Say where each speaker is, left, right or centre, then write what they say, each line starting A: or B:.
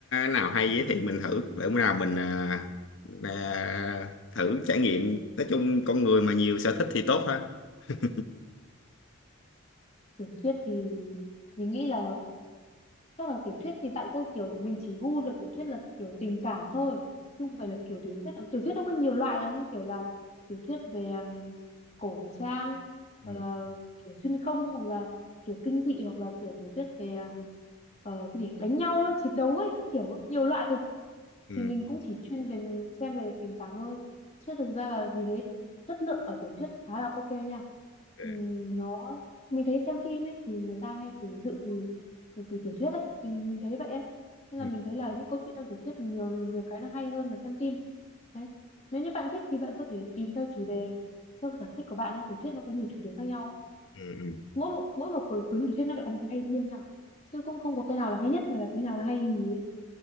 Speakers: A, on the left; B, on the left.
A: nào hay giới thiệu mình thử để bữa nào mình à, à, thử trải nghiệm nói chung con người mà nhiều sở thích thì tốt ha <laughs>
B: tiểu thuyết thì mình nghĩ là chắc là tiểu thuyết thì bạn có kiểu mình chỉ gu là tiểu thuyết là kiểu tình cảm thôi chứ không phải là kiểu tiểu thuyết tiểu thuyết nó có nhiều loại lắm như kiểu là tiểu thuyết về um, cổ trang
A: ừ,
B: hoặc là kiểu xuyên không hoặc là kiểu kinh dị hoặc là kiểu tiểu thuyết về um, ờ, cái gì đánh nhau ấy, chiến đấu ấy các kiểu nhiều loại cực
A: ừ,
B: thì mình cũng chỉ chuyên về xem về tình cảm thôi chứ thực ra là mình thấy chất lượng ở tiểu thuyết khá là ok nha
A: ừ,
B: Ừm, nó mình thấy xem phim ấy thì người ta hay từ dự từ từ, từ tiểu thuyết ấy mình mình thấy vậy ấy nên là
A: ừ.
B: mình thấy là những câu chuyện trong tiểu thuyết nhiều nhiều cái nó hay hơn là xem phim đấy nếu như bạn thích thì bạn có thể tìm theo chủ đề theo sở thích của bạn ấy tiểu thuyết nó có nhiều chủ đề khác nhau ấy
A: ừ. ừ.
B: mỗi một mỗi một cuốn cuốn tiểu thuyết nó lại có một cái hay riêng nha chứ cũng không có cái nào là hay nhất hay là cái nào là hay nhì ấy